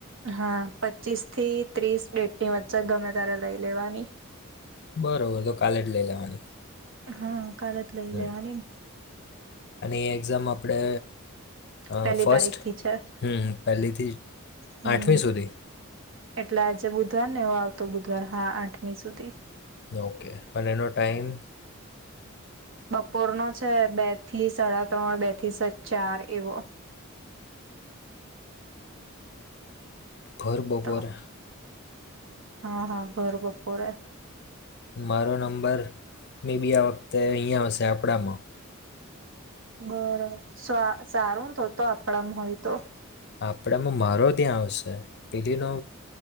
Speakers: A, on the right; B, on the left.
A: હા. પચીસ થી ત્રીસ ડેટની વચ્ચે ગમે ત્યારે લઈ લેવાની.
B: બરોબર. તો કાલે જ લઈ લેવાની.
A: હા. કાલે જ લઈ
B: હમ
A: લેવાની ન.
B: અને એ એક્ઝામ આપણે અહ
A: પેલી
B: ફસ્ટ,
A: તારીખ થી છે
B: હમ્મ, પહેલીથી
A: હમ
B: આઠમી સુધી?
A: એટલે આજે બુધવાર ને હવે આવતો બુધવાર, હા, આઠમી સુધી.
B: ઓકે. પણ એનો ટાઈમ
A: બપોરનો છે. બે થી સાડા ત્રણ, બે થી સ ચાર એવો.
B: ભરબપોરે?
A: તો હા, હા ભરબપોરે.
B: મારો નંબર મેબી આ વખતે અહીયાં આવશે આપડામાં.
A: બરા, સ સારુંન તો-તો આપ પડામ હોય તો.
B: આપડામાં મારો ત્યાં આવશે. પેલી નો